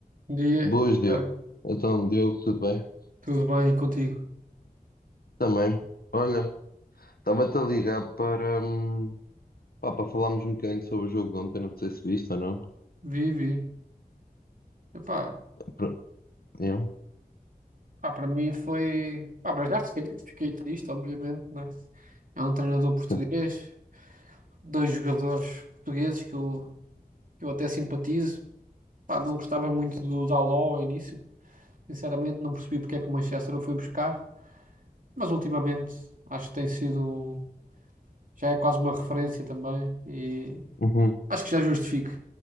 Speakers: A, on the right; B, on the left.
A: Bom Dia,
B: Boas, Diogo.
A: Ah,
B: Então, Diogo, tudo bem?
A: tudo bem contigo?
B: Também. Olha, estava-te a ligar para, hum, pá, para falarmos um bocadinho sobre o jogo de ontem, não sei se viste ou não.
A: Vivi. Epá,
B: Pro- Eu?
A: pá, para mim foi. Pá, para já fiquei, fiquei triste, obviamente, né? É um treinador português,
B: <laughs>
A: dois jogadores portugueses que eu, que eu até simpatizo. Pá, não gostava muito do Daló ao início, sinceramente, não percebi porque é que o Manchester o foi buscar, mas ultimamente acho que tem sido. um- Já é quase uma referência também e
B: Uhum.
A: acho que já justifico.